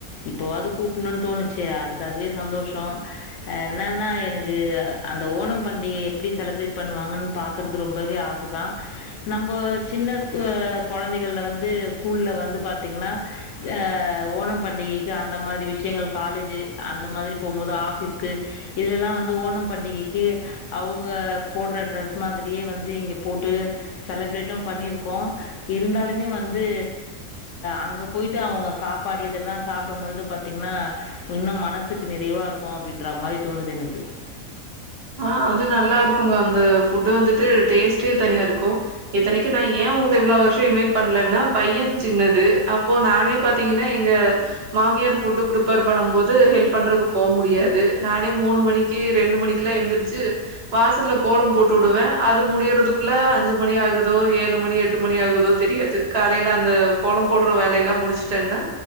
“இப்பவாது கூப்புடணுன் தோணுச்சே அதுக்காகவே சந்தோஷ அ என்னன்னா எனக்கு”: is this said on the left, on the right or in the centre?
Left